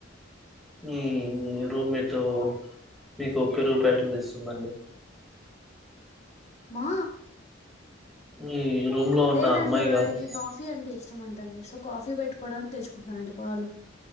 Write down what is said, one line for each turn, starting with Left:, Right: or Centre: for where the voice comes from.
Centre: మీ రూమ్ మీట్ మీకు పెరుగు ప్యాకెట్లు తెస్తుందండి
Left: మా
Centre: మీ రూమ్ లో ఉన్న
Left: లేదండి
Centre: అమ్మాయి
Left: వారికి
Centre: గారు
Left: కాఫీ అంటే ఇష్టం అంట అండి సో కాఫీ పెట్టుకోవడానికి తెచ్చుకుంటున్నారండి పాలు